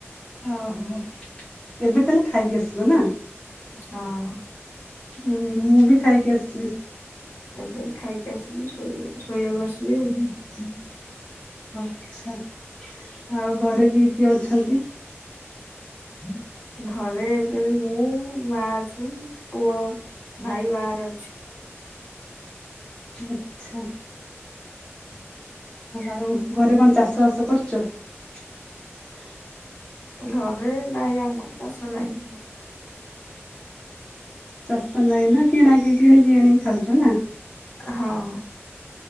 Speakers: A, on the left (about 20°); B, on the left (about 50°).
A: ଓହୋ। ଏବେ ତାହଲେ ଖାଇକି ଆସିଲ ନା?
B: ହଁ
A: ହୁଁ ମୁଁ ବି ଖାଇକି ଆସିଲି।
B: ଏବେ ଖାଇକି ଆସିକି ଶୋଇ, ଶୋଇବାକୁ ଆସିଲି। ଆଉ
A: ହୁଁ ହୁଁ ଆଛା, ଆଉ ଘରେ କିଏ କିଏ ଅଛନ୍ତି? ହୁଁ <inaudible>
B: ଘରେ ଏବେ, ମୁଁ, ମା ଅଛୁ, ପୁଅ, ଭାଇ ବାହାରେ ଅଛି
A: ଆଚ୍ଛା। ଆଉ, ଘରେ କଣ ଚାଷ ବାସ କରୁଛ? ହ <inaudible>
B: ଘରେ ନାଇଁ, ଆମର ଚାଷ ନାଇଁ
A: ଚାଷ ନାଇଁ ନା, କିଣା କିଣିକି ଆଣିକି ଖାଉଛ ନା?
B: ହଁ